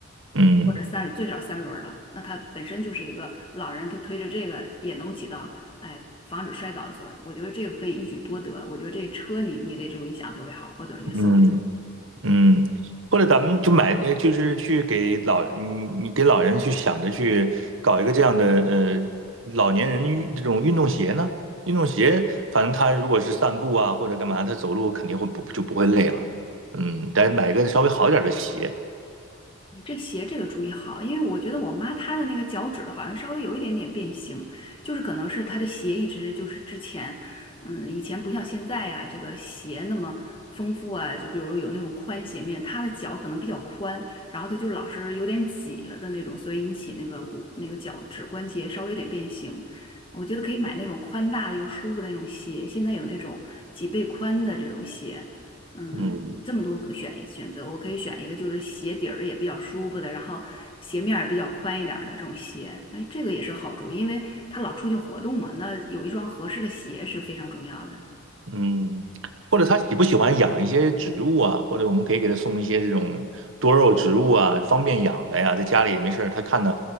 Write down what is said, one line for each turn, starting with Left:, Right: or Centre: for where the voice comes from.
Right: 嗯
Left: 或者三最少三轮儿的，那它本身就是一个老人，他推着这个也能够起到哎防止摔倒的作用。我觉得这个可以一举多得。我觉得这车你你的这种意向特别好，我准备去搜一搜。
Right: 嗯。嗯，或者咱们就买，呃，就是去给老你你给老人去想着去搞一个这样的呃老年人运这种运动鞋呢？运动鞋，反正他如果是散步啊或者干嘛，他走路肯定会不就不会累了。嗯，得买一个稍微好点儿的鞋。
Left: 你这鞋这个注意好，因为我觉得我妈她的那个脚趾头好像稍微有一点点变形，就是可能是她的鞋一直就是之前，嗯，以前不像现在呀、这个鞋那么丰富啊，就比如有那种宽鞋面，她的脚可能比较宽，然后她就老是有点挤了的那种，所以引起那个骨那个脚趾关节稍微有点变形。我觉得可以买那种宽大的又舒服的那种鞋，现在有那种几倍宽的这种鞋。嗯，
Right: 嗯
Left: 这么多个选选择，我可以选一个就是鞋底儿也比较舒服的，然后鞋面儿比较宽一点儿的这种鞋。哎，这个也是好处，因为他老出去活动嘛，那有一双合适的鞋是非常重要的。
Right: 嗯，或者他喜不喜欢养一些植物啊？或者我们可以给他送一些这种多肉植物啊，方便养的呀，在家里也没事儿，他看到，